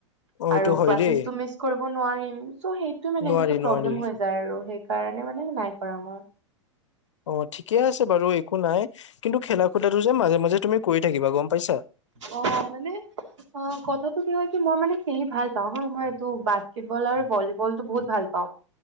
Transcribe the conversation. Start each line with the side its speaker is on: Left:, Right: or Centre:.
Left: অ এইটো
Right: আৰু
Left: হয়
Right: ক্লাসেছটো
Left: দেই
Right: মিছ কৰিব নোৱাৰিম। চ' সেইটোৱে মানে
Left: নোৱাৰি
Right: এনেকে
Left: নোৱাৰি
Right: প্ৰব্লেম হৈ যাই আৰু সেইকাৰণে মানে নাই কৰা মই।
Left: অ, ঠিকে আছে বাৰু একো নাই। কিন্তু খেলা খূতাটো যে মাজে মাজে তুমি কৰি থাকিবা গম পাইছা?
Right: অ, মানে? অ, কথাটো কি হয় কি, মই মানে খেলি ভাল পাওঁ হা। মই এইটো বাস্কেটবল আৰু ভলী বলতো বহুত ভাল পাওঁ